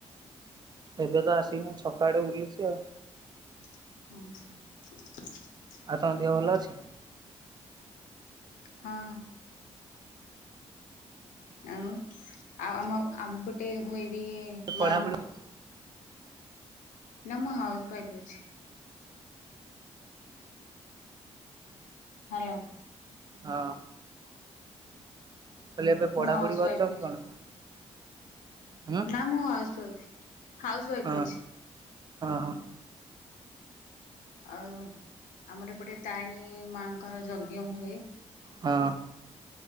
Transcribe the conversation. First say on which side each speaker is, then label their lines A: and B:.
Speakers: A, on the right (about 30°); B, on the left (about 80°).
A: ଏବେ ତ ଆସିକି, ମୁଁ ଛକା ଆଡେ ବୁଲୁଛି ଆଉ।
B: ହଁ।
A: ଆଉ ତମଙ୍କ ଦେହ ଭଲ ଅଛି?
B: ହଁ। ଆଉ ଆଉ ଆମ ଆମପଟେ ହୁଏବି
A: ଏବେ ପଢ଼ାପଢ଼ି
B: ମାଙ୍କ ନା ମୁଁ ହାଉସ୍ୱାଇଫ୍ ଅଛି। ହ୍ୟାଲୋ!
A: ହଁ। କହିଲେ ଏବେ ପଢାପଢି
B: ମୁଁ ହାଉସ
A: କରୁଛ
B: ୱାଇଫ୍ ଅଛି
A: କି କଣ ହଁ
B: ନା ମୁଁ ହାଉସ ୱାଇଫ ହାଉସ ୱାଇଫ
A: ହଁ
B: ଅଛି।
A: ହଁ
B: ଆଉ ଆମର ଏପଟେ ତାରିଣୀ ମାଙ୍କର ଯଜ୍ଞ ହୁଏ।
A: ହଁ।